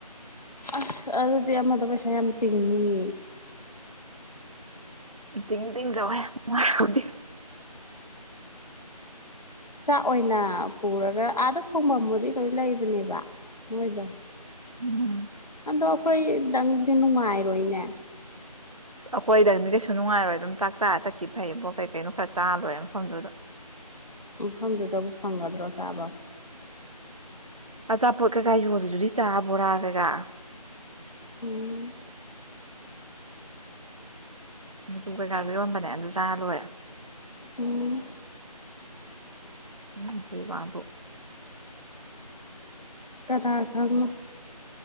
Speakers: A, on the left; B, on the right.
A: ꯑꯁ ꯑꯗꯨꯗꯤ ꯑꯃꯗꯣ ꯄꯩꯁꯥ ꯌꯥꯝ ꯇꯤꯡꯅꯤꯌꯦ
B: ꯇꯤꯡ ꯇꯤꯡꯖꯧꯍꯦ ꯃꯋꯥ ꯂꯧꯗꯦ
A: ꯆꯥꯛ ꯑꯣꯏꯅ ꯄꯨꯔꯒ ꯑꯥꯗ ꯊꯣꯡꯐꯝꯕꯨꯗꯤ ꯂꯣꯏ ꯂꯩꯕꯅꯦꯕ ꯃꯣꯏꯗꯣ
B: ꯎꯝ
A: ꯑꯗꯣ ꯑꯩꯈꯣꯏꯗꯪꯗꯤ ꯅꯨꯡꯉꯥꯏꯔꯣꯏꯅꯦ
B: ꯑꯩꯈꯣꯏꯗꯪꯗꯤ ꯀꯩꯁꯨ ꯅꯨꯡꯉꯥꯏꯔꯣꯏ ꯑꯗꯨꯝ ꯆꯥꯛ ꯆꯥꯔ ꯆꯠꯈꯤ ꯐꯩꯌꯦꯕꯣ ꯀꯩ ꯀꯩꯅꯣ ꯈꯔ ꯆꯥ ꯂꯣꯏꯔꯦ ꯃꯐꯝꯗꯨꯗ
A: ꯃꯐꯝꯗꯨꯗꯕꯨ ꯐꯪꯒꯗ꯭ꯔꯣ ꯆꯥꯕꯝ
B: ꯑꯆꯥꯄꯣꯠ ꯀꯩꯀꯥ ꯌꯣꯜꯂꯤꯗꯨꯗꯤ ꯆꯥ ꯕꯣꯔꯥ ꯀꯩꯀꯥ
A: ꯎꯝ
B: ꯁꯤꯡꯖꯨ ꯀꯩꯀꯥꯁꯨ ꯌꯣꯟꯕꯅꯦ ꯑꯗꯨ ꯆꯥꯔꯥ ꯂꯣꯏꯔꯦ
A: ꯎꯝ
B: ꯎꯝ ꯑꯗꯨꯏ ꯋꯥꯕꯨ
A: ꯀꯅꯥ ꯈꯪꯕꯅꯣ